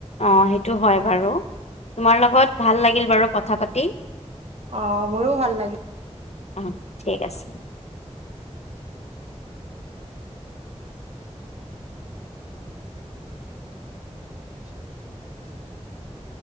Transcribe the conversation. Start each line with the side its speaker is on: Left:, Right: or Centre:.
Left: অঁ সেইটো হয় বাৰু তোমাৰ লগত ভাল লাগিল বাৰু কথা পাতি।
Right: অঁ মোৰো ভাল লাগিল।
Left: অঁ ঠিক আছে।
Right: <inaudible>